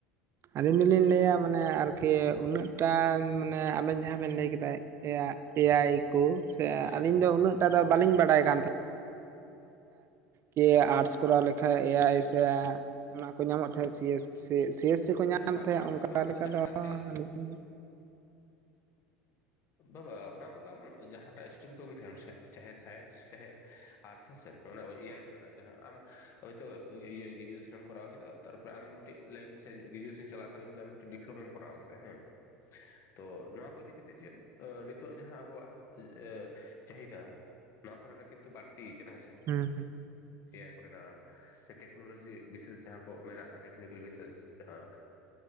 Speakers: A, on the right; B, on the left.
A: ᱟᱹᱞᱤᱧ ᱫᱚᱞᱤᱧ ᱞᱟᱹᱭᱟ ᱢᱟᱱᱮ ᱟᱨᱠᱤ ᱩᱱᱟᱹᱜᱴᱟ ᱢᱟᱱᱮ ᱟᱵᱮᱱ ᱡᱟᱦᱟᱸ ᱵᱮᱱ ᱞᱟᱹᱭ ᱠᱮᱫᱟᱭ᱾ ᱮᱭᱟᱜ ᱮ ᱟᱭ ᱠᱚ ᱥᱮ
B: ᱦᱮᱸ
A: ᱟᱹᱞᱤᱧ
B: ᱦᱮᱸ
A: ᱫᱚ
B: ᱦᱮᱸ
A: ᱩᱱᱟᱹᱜᱴᱟ ᱫᱚ ᱵᱟᱹᱞᱤᱧ ᱵᱟᱰᱟᱭ ᱛᱟᱦᱮ ᱠᱮ ᱟᱨᱴᱥ ᱠᱚᱨᱟᱣ ᱞᱮᱠᱷᱟᱡ ᱮ ᱟᱭ ᱥᱮ ᱚᱱᱟ ᱠᱚ ᱧᱟᱢᱚᱜ ᱛᱟᱦᱮᱸᱜ C S C S C ᱠᱚ ᱧᱟᱢᱮᱫ
B: ᱦᱮᱸ ᱵᱟ
A: ᱛᱟᱦᱮᱸᱜ
B: ᱚᱱᱟ
A: ᱚᱱᱠᱟ
B: ᱠᱚᱫᱚ ᱟᱢ
A: ᱞᱮᱠᱟ
B: ᱡᱟᱦᱟᱸᱴᱟᱜ
A: ᱫᱚ
B: ᱛᱮ
A: ᱟᱹᱞᱤᱧ
B: ᱵᱟᱵᱟ ᱚᱱᱟ ᱠᱚᱫᱚ ᱟᱢ ᱡᱟᱦᱟᱸᱴᱟᱜ ᱥᱴᱨᱤᱢ ᱠᱚᱢ ᱛᱟᱦᱮᱱ ᱥᱮ ᱪᱟᱦᱮ ᱥᱟᱭᱮᱱᱥ ᱪᱟᱦᱮ ᱟᱨᱴᱥ ᱦᱮ ᱥᱮ ᱚᱱᱟ ᱮ ᱟᱭ ᱠᱚᱨᱮᱱᱟᱜ ᱡᱟᱦᱟᱸ ᱟᱢ ᱦᱳᱭᱛᱳ ᱤᱭᱟᱹ ᱤᱭᱟᱹ ᱜᱨᱮᱡᱩᱭᱮᱥᱚᱱ ᱠᱚᱨᱟᱣ ᱠᱮᱫᱟ ᱛᱟᱨᱯᱚᱨᱮ ᱟᱢ ᱢᱤᱫᱴᱮᱱ ᱞᱟᱭᱤᱱ ᱥᱮ ᱜᱨᱮᱡᱩᱭᱮᱥᱚᱱ ᱪᱟᱞᱟᱣ ᱠᱟᱞᱤᱱ ᱜᱮ ᱟᱢ ᱢᱤᱫᱴᱮᱱ ᱰᱤᱯᱞᱳᱢᱟᱢ ᱠᱚᱨᱟᱣ ᱠᱮᱫᱟ ᱦᱮᱸ᱾ ᱛᱚ ᱱᱚᱣᱟ ᱠᱚ ᱤᱫᱤ ᱠᱟᱛᱮᱜ ᱪᱮᱫ ᱚ ᱱᱤᱛᱚᱜ ᱡᱟᱦᱟᱸ ᱟᱵᱚᱣᱟᱜ ᱮ ᱪᱟᱦᱤᱫᱟ ᱱᱚᱣᱟ ᱠᱚᱨᱮᱱᱟᱜ ᱠᱤᱱᱛᱩ ᱵᱟᱹᱲᱛᱤᱭ ᱠᱟᱱᱟ ᱦᱮᱸᱥᱮ᱾
A: ᱦᱩᱸ ᱦᱩᱸ᱾
B: ᱮ ᱟᱭ ᱠᱚᱨᱮᱱᱟᱜ ᱥᱮ ᱴᱮᱠᱱᱳᱞᱚᱡᱤ ᱵᱤᱥᱮᱥ ᱡᱟᱦᱟᱸ ᱠᱚ ᱢᱮᱱᱟᱜ-ᱟ᱾ ᱴᱮᱠᱱᱤᱠᱮᱞ ᱵᱤᱥᱮᱥ ᱡᱟᱦᱟᱸ